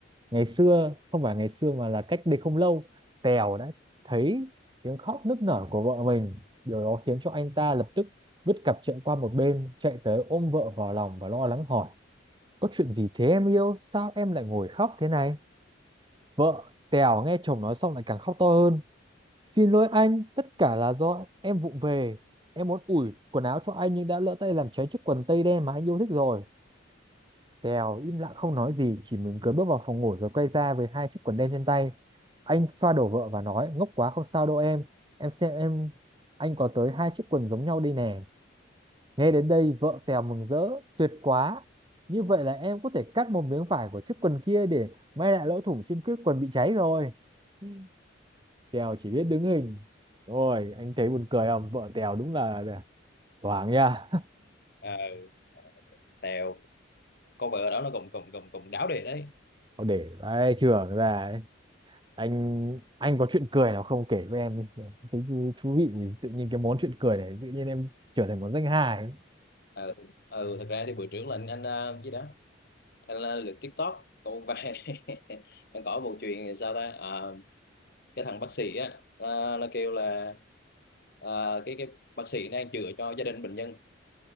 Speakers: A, on the right; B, on the left.
A: ngày xưa không phải ngày xưa mà là cách đây không lâu Tèo đã thấy tiếng khóc nức nở của vợ mình điều đó khiến cho anh ta lập tức vứt cặp chuyện qua một bên chạy tới ôm vợ vào lòng và lo lắng hỏi có chuyện gì thế em yêu sao em lại ngồi khóc thế này vợ Tèo nghe chồng nói xong lại càng khóc to hơn xin lỗi anh tất cả là do em vụng về em muốn ủi quần áo cho anh nhưng đã lỡ tay làm cháy chiếc quần tây đen mà anh yêu thích rồi Tèo im lặng không nói gì, chỉ mỉm cười bước vào phòng ngủ rồi quay ra với hai chiếc quần đen trên tay. Anh xoa đầu vợ và nói, ngốc quá không sao đâu em, em xem em, anh có tới hai chiếc quần giống nhau đây nè. Nghe đến đây, vợ Tèo mừng rỡ, tuyệt quá. Như vậy là em có thể cắt một miếng vải của chiếc quần kia để may lại lỗ thủng trên chiếc quần bị cháy rồi. Ừ. Tèo chỉ biết đứng hình. Rồi, anh thấy buồn cười không? Vợ Tèo đúng là là- thoáng nha.
B: ờ tèo cô vợ đó nó cũng cũng cũng cũng đáo đề đấy
A: <laughs> để vai trưởng ra ấy. anh anh có chuyện cười nào không kể với em đi Em thấy vui- thú vị nhỉ? tự nhiên cái món chuyện cười này tự nhiên em trở thành món danh hài ấy.
B: ờ ừ, thật ra thì bữa trước là anh anh ờ, gì đó anh uh, lượt TikTok câu vài <laughs> anh có một chuyện sao ta Ờ, cái thằng bác sĩ á ờ, nó kêu là ờ, cái cái bác sĩ đang chữa cho gia đình bệnh nhân